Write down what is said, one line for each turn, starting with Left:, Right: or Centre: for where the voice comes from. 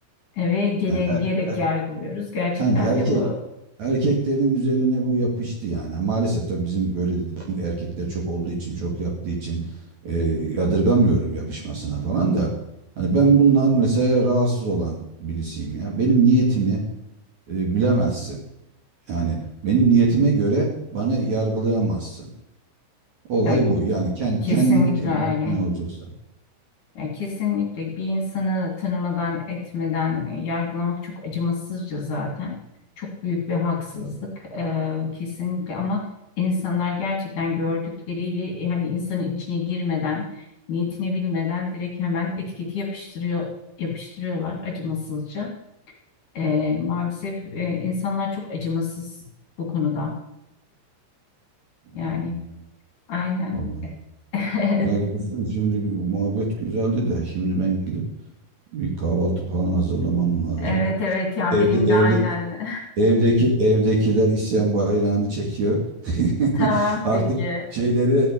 Left: e, ve genelleyerek
Right: Yani e- e-
Left: yargılıyoruz. Gerçekten
Right: yani erkek
Left: de bu
Right: erkeklerin üzerine bu yapıştı yani. Maalesef tabii bizim böyle dediğim erkekler çok olduğu için, çok yaptığı için e, yadırgamıyorum yapışmasına falan da. Hani ben bundan mesela rahatsız olan birisiyim ya. Benim niyetimi e, bilemezsin. Yani benim niyetime göre bana yargılayamazsın. Olay
Left: yani
Right: bu. Yani kendi
Left: kesinlikle
Right: kendin emin,
Left: öyle.
Right: emin olacaksın.
Left: Yani kesinlikle bir insanı tanımadan, etmeden e, yargılamak çok acımasızca zaten. Çok büyük bir haksızlık. Ee, kesinlikle ama insanlar gerçekten gördükleriyle e, hani insanın içine girmeden, niyetini bilmeden direkt hemen etiketi yapıştırıyor, yapıştırıyorlar acımasızca. Ee, maalesef e, insanlar çok acımasız bu konuda. Yani
Right: Aynen ya.
Left: aynen.
Right: Allah.
Left: <laughs>
Right: Ya Gülsüm şimdi muhabbet güzeldi de şimdi ben gidip bir kahvaltı falan hazırlamam lazım.
Left: Evet evet ya
Right: Evde
Left: benim de
Right: evde
Left: aynen.
Right: evdeki evdekiler isyan bayrağını çekiyor. <laughs>
Left: <laughs> Tamam
Right: Artık
Left: peki.
Right: şeyleri